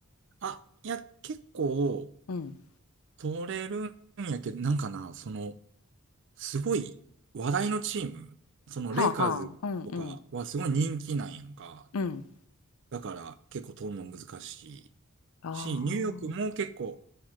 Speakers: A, on the right; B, on the left.
A: あ、いや、結構、
B: うん。
A: 取れるんやけど、なんかな、その、すごい話題のチーム、そのレイカーズとかはすごい人気なんやんか。
B: はあはあ。うんうん。うん。
A: だから結構取るの難しい
B: あ
A: し、ニューヨークも結構、